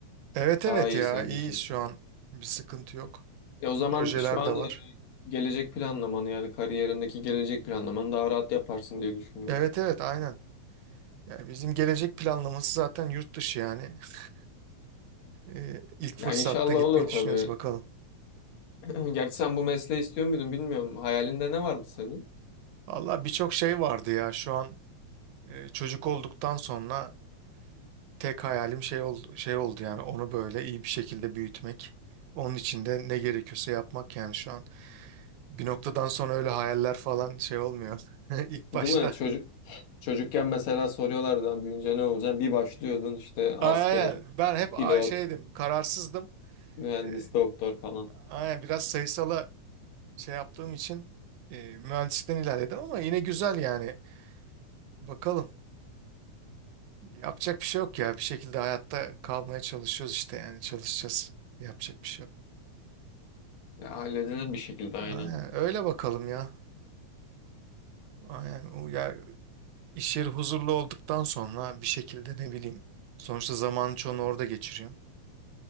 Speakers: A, on the right (about 80°); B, on the left (about 70°).
A: Evet evet
B: Daha iyi
A: ya
B: senin
A: iyiyiz
B: için.
A: şu an. Bir sıkıntı yok.
B: E o zaman
A: Projeler
B: şu an
A: de var.
B: e, gelecek planlamanı yani kariyerindeki gelecek planlamanı daha rahat yaparsın diye düşünüyorum.
A: Evet evet aynen. Ya bizim gelecek planlaması zaten yurt dışı yani. <laughs> Ee, ilk
B: Ya
A: fırsatta
B: inşallah
A: gitmeyi
B: olur tabii.
A: düşünüyoruz bakalım.
B: <clears throat> Gerçi sen bu mesleği istiyor muydun bilmiyorum. Hayalinde ne vardı senin?
A: Valla birçok şey vardı ya şu an e, çocuk olduktan sonra Tek hayalim şey oldu, şey oldu yani onu böyle iyi bir şekilde büyütmek. Onun için de ne gerekiyorsa yapmak yani şu an. Bir noktadan sonra öyle hayaller falan şey olmuyor <laughs> ilk
B: Değil
A: başta.
B: mi? Çocuk çocukken mesela soruyorlardı "Lan büyüyünce ne olacaksın? Bir başlıyordun işte asker,
A: Aynen ben hep
B: pilot,
A: a- şeydim kararsızdım.
B: mühendis,
A: Ee,
B: doktor falan.
A: Aynen biraz sayısala şey yaptığım için e, mühendislikten ilerledim ama yine güzel yani. Bakalım yapacak bir şey yok ya bir şekilde hayatta kalmaya çalışıyoruz işte yani çalışacağız. Yapacak bir şey yok.
B: Ya halledilir bir şekilde
A: Aynen
B: aynı.
A: öyle bakalım ya. Aynen o ya İş yeri huzurlu olduktan sonra bir şekilde ne bileyim. Sonuçta zamanın çoğunu orada geçiriyorsun.